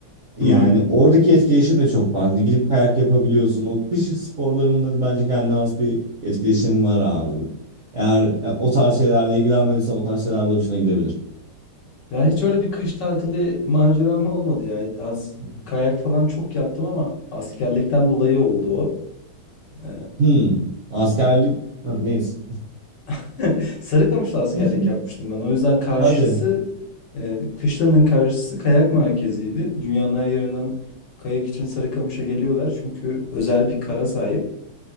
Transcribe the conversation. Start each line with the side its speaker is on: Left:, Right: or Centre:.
Right: Yani
Left: Hmm.
Right: oradaki etkileşim de çok fazla. Gidip kayak yapabiliyorsun. O kış sporlarında bence kendine has bir etkileşim var abi. Eğer e, o tarz şeylerle ilgilenmediysen o tarz şeyler de hoşuna gidebilir.
Left: Ya hiç öyle bir kış tatili maceram olmadı ya. Az
Right: Hı
Left: kayak falan çok yaptım ama askerlikten dolayı oldu o. Ee,
Right: hı. Hmm. Askerlik. Ha, neyse.
Left: <laughs> Sarıkamış'ta askerlik
Right: <laughs>
Left: yapmıştım ben. O yüzden karşısı
Right: Hadi.
Left: e, kışlanın karşısı kayak merkeziydi. Dünyanın her yerinden kayak için Sarıkamış'a geliyorlar. Çünkü özel bir kara sahip.